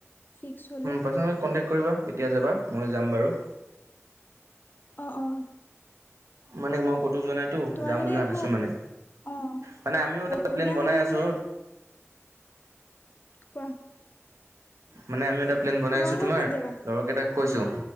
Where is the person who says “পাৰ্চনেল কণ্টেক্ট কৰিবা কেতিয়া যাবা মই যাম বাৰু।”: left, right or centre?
Right